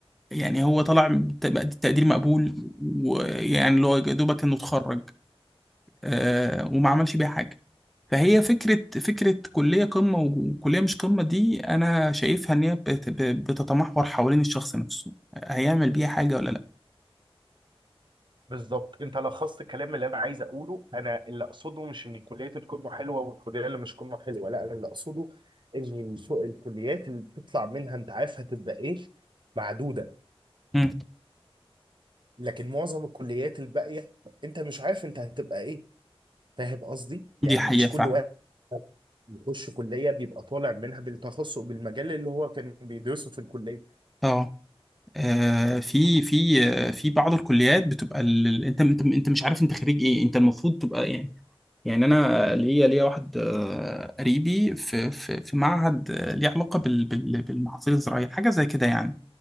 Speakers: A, in the centre; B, on the right.
A: يعني هو طلع بت- بتقدير مقبول ويعني اللي هو يا دوبك انه اتخرج آه، وما عملش بيها حاجه فهي فكره فكره كليه قمه وكليه مش قمه دي انا شايفها ان هي بت- ب- بتتمحور حوالين الشخص نفسه هيعمل بيها حاجه ولا لا
B: بالظبط انت لخصت الكلام اللي انا عايز اقوله انا اللي اقصده مش ان كليات القمه حلوه والكليه اللي مش قمه حلوه لا انا اللي اقصده ان الف- الكليات اللي بتطلع منها انت عارف هتبقى ايه معدوده
A: مم.
B: لكن معظم الكليات الباقيه انت مش عارف انت هتبقى ايه فاهم قصدي يعني
A: دي حقيقه
B: مش كل
A: فعلا
B: واحد يخش كليه بيبقى طالع منها بالتخصص بالمجال اللي هو كان بيدرسه في الكليه
A: اه آه، في في آه، في بعض الكليات بتبقى ال... ال- انت انت انت مش عارف انت خريج ايه انت المفروض تبقى يعني يعني انا ليا ليا واحد آه، قريبي في في في معهد آه، ليه علاقه بال... بال... بالمحاصيل الزراعيه حاجه زي كده يعني